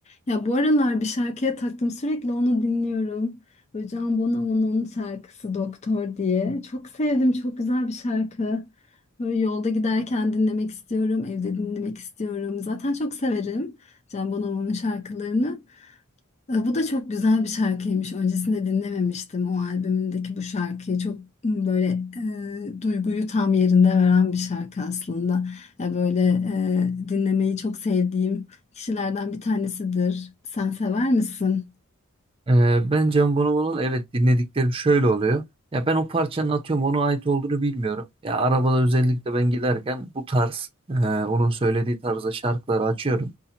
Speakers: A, on the left; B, on the right.
A: Ya bu aralar bir şarkıya taktım sürekli onu dinliyorum. Böyle Can Bonomo'nun şarkısı Doktor diye. Çok sevdim çok güzel bir şarkı. Böyle yolda giderken dinlemek istiyorum, evde dinlemek istiyorum. Zaten çok severim Can Bonomo'nun şarkılarını. E, Bu da çok güzel bir şarkıymış. Öncesinde dinlememiştim o albümündeki bu şarkıyı. Çok böyle e, duyguyu tam yerinde veren bir şarkı aslında. Ya böyle e, dinlemeyi çok sevdiğim kişilerden bir tanesidir. Sen sever misin?
B: Ee, ben Can Bonomo'nun evet dinlediklerim şöyle oluyor. Ya ben o parçanın atıyorum ona ait olduğunu bilmiyorum. Ya arabada özellikle ben giderken bu tarz e, onun söylediği tarzda şarkıları açıyorum.